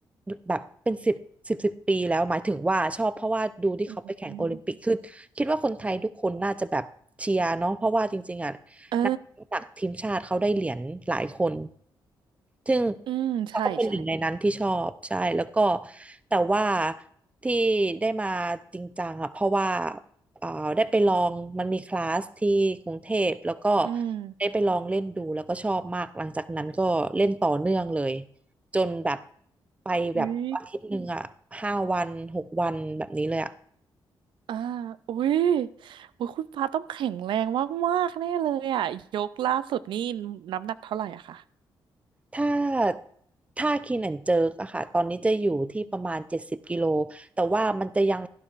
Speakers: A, on the right; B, on the right.
A: แบบเป็นสิบสิบสิบปีแล้วหมายถึงว่าชอบเพราะว่าดูที่เขาไปแข่งโอลิมปิกคือคิดว่าคนไทยทุกคนน่าจะแบบเชียร์เนาะเพราะว่าจริงๆอ่ะ
B: อืมเออ
A: นักตักทีมชาติเขาได้เหรียญหลายคนซึ่ง
B: อืมใช่ใช่
A: เราก็เป็นหนึ่งในนั้นที่ชอบใช่แล้วก็แต่ว่าที่ได้มาจริงจังอ่ะเพราะว่า เอ่อได้ไปลองมันมีคลาสที่กรุงเทพแล้วก็
B: อืม
A: ได้ไปลองเล่นดูแล้วก็ชอบมากหลังจากนั้นก็เล่นต่อเนื่องเลยจนแบบไปแบบอาทิตย์หนึ่งอ่ะห้าวันหกวันแบบนี้เลยอ่ะ
B: อุ้ยอ่าอุ้ยอุ้ยคุณปาต้องแข็งแรงมากๆแน่เลยอ่ะยกล่าสุดนี่น้ำหนักเท่าไหร่อะคะ
A: ถ้าถ้าคีนแอนเจิร์กอะค่ะตอนนี้จะอยู่ที่ประมาณเจ็ดสิบกิโลแต่ว่ามันจะยัง